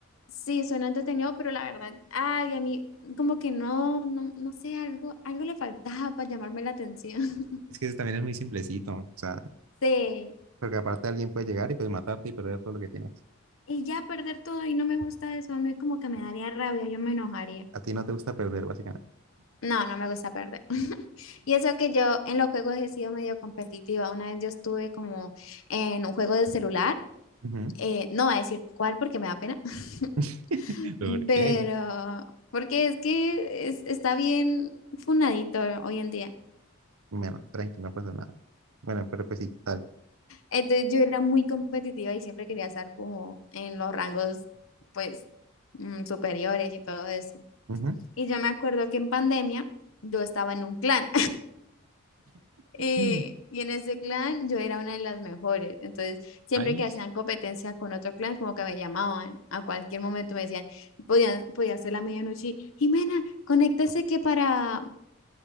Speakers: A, on the left (about 70°); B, on the right (about 80°).
A: sí, suena entretenido, pero la verdad, ay, a mí como que no, no, no sé, algo, algo le faltaba para llamarme la atención. <laughs>
B: Es que ese también es muy simplecito, o sea,
A: Sí.
B: porque aparte alguien puede llegar y pues matarte y perder todo lo que tienes.
A: Y ya perder todo y no me gusta eso, a mí como que me daría rabia, yo me enojaría.
B: A ti no te gusta perder, básicamente.
A: No, no me gusta perder. <laughs> Y eso que yo en los juegos he sido medio competitiva. Una vez yo estuve como en un juego de celular,
B: Ujú.
A: eh, no voy a decir cuál porque me da pena,
B: <laughs>
A: <laughs>
B: ¿Pero ¿Por
A: pero
B: qué?
A: porque es que es- está bien funadito hoy en día.
B: Bueno, tranqui, no pasa nada. Bueno, pero pues sí, tal.
A: Entonces yo era muy competitiva y siempre quería estar como en los rangos pues mm, superiores y todo eso.
B: Ujú.
A: Y yo me acuerdo que en pandemia yo estaba en un clan.
B: <laughs>
A: Eh, y en ese clan yo era una de las mejores. Entonces, siempre
B: país.
A: que hacían competencia con otro clan, como que me llamaban a cualquier momento, me decían, podía, podía ser la medianoche, y, Jimena, conéctese que para,